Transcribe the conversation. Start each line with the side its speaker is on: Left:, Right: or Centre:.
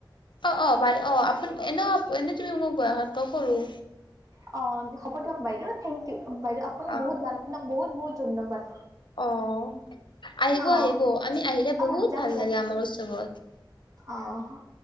Left: অ -অ বাৰু অ আপু এনে এনেই তুমি মোৰ বয়সত কৰো।
Right: হয়। অ' হ'ব দিয়ক বাইদেউ থেংক ইউ বাইদে আপুনি
Left: অ
Right: ভাল। আপোনাক বহুত বহুত ধন্যবাদ।
Left: অ' আহিব
Right: অ',
Left: আহিব আমি আহিলে
Right: অ',
Left: বহুত
Right: যাম
Left: ভাল
Right: দিয়ক
Left: লাগে আমাৰ উৎসৱত।
Right: অ হক